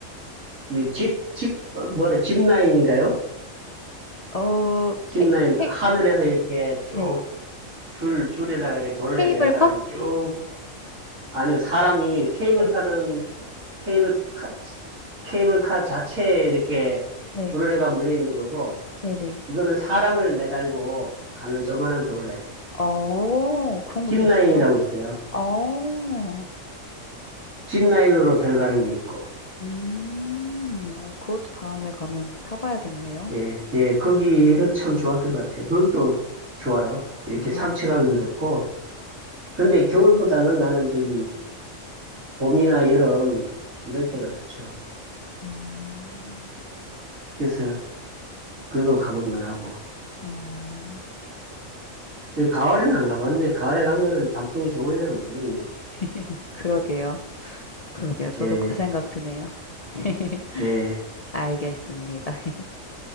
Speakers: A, on the right; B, on the left.
A: 그뭐집집 뭐라 짚라인인가요?
B: 어
A: 짚라인
B: 케 케
A: 하늘에서 이렇게 쭉
B: 네.
A: 줄 줄에다가 이렇게 도로래
B: 케이블카?
A: 매달아 가지고 아니요, 사람이 케이블카는
B: 네.
A: 케이블카, 케이블카 자체에 이렇게
B: 네.
A: 도르래가 물려 있는 거고,
B: 네네.
A: 이거는 사람을 매달고 가는 조그만한 도르래.
B: 어 그런
A: 짚라인이라고
B: 것도 있어요?
A: 있어요.
B: 어.
A: 짚라인으로 들어가는 게 있고,
B: 음. 어 그것도 다음에 가면 타 봐야겠네요.
A: 예, 예, 거기는 참 좋았던 것 같아요. 거기도 좋아요. 이렇게
B: 아
A: 산책하기도 좋고, 근데 겨울보다는 나는 저기 봄이나 여름 이럴
B: 네.
A: 때가 좋죠.
B: 음.
A: 그래서 그도 가볼 만하고.
B: 어.
A: 그 가을에는 안 가봤네. 가을에 가면은 단풍이 좋을려나 모르겠네요.
B: <laughs> 그러게요. 그러게요. 저도
A: 예,
B: 그 생각 드네요. <laughs>
A: 예,
B: 알겠습니다. <laughs>